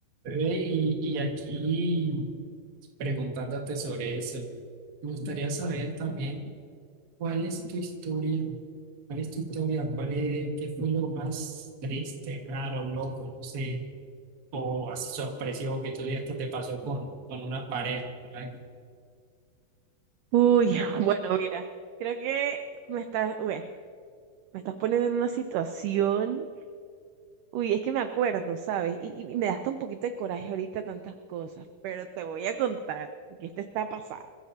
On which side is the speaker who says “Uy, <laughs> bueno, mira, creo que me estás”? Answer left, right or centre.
Right